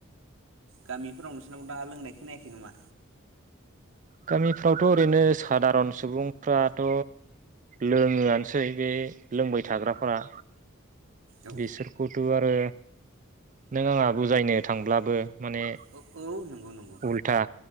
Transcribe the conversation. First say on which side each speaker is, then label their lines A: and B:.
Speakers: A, on the right; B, on the right.
A: गामिफोराव नोंसोरनाव दा लोंनाय खोनायाखै नामा?
B: गामिफ्रावथ' ओरैनो सादारन सुबुंफ्राथ' लोङोआनोसै बे लोंबाय थाग्राफोरा
A: औ
B: बिसोरखौथ' आरो नों आङाथबुजायनो थांब्लाबो माने
A: औ औ नंगौ नंगौ
B: उल्था